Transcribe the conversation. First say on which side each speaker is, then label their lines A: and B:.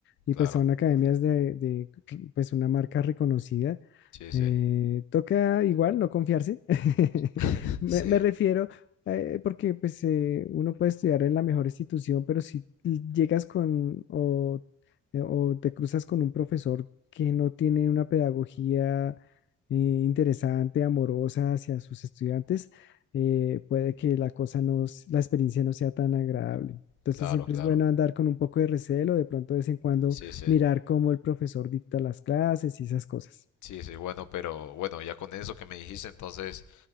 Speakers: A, on the left (about 40°); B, on the left (about 75°).
A: y
B: Claro,
A: pues son academias de, de, pues una marca reconocida.
B: sí, sí.
A: Eh, toca igual no confiarse. <laughs>
B: <laughs>
A: Me,
B: Sí.
A: me refiero eh, porque pues eh, uno puede estudiar en la mejor institución, pero si llegas con o, eh, o te cruzas con un profesor que no tiene una pedagogía eh, interesante, amorosa hacia sus estudiantes, eh, puede que la cosa no, s- la experiencia no sea tan agradable. Entonces
B: Claro,
A: siempre
B: claro.
A: es bueno andar con un poco de recelo, de pronto de vez en cuando
B: Sí, sí.
A: mirar cómo el profesor dicta las clases y esas cosas.
B: Sí, sí, bueno, pero bueno, ya con eso que me dijiste, entonces